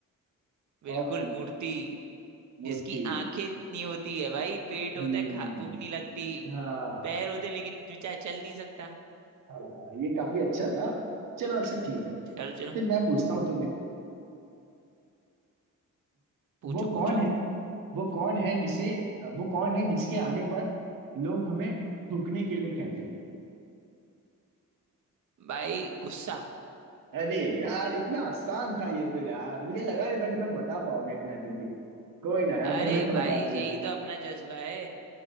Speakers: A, on the right; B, on the right.
A: बिल्कुल
B: ऑफ
A: मूर्ति
B: मूर्ति
A: जिसकी आंखें नहीं होती है भाई पेट
B: हम्म
A: होता है खा भूख नहीं लगती
B: हाँ
A: पैर होते हैं लेकिन चूचा चल नहीं सकता
B: हाँ ये काफी अच्छा था चलो अच्छा ठीक है
A: चलो चलो
B: फिर मैं पूछता हूँ तुम्हें
A: पूछो
B: वो कौन
A: पूछो
B: है वो कौन है जिसे वो कौन है जिसके आने पर लोग हमें थूकने के लिए कहते हैं
A: भाई गुस्सा
B: अरे यार इतना आसान था ये तो यार मुझे लगा नहीं था कि तुम बता पाओगे इतना जल्दी कोई ना यार
A: अरे
B: तुमने तो
A: भाई
B: बता
A: यही
B: दिया
A: तो अपना जज्बा है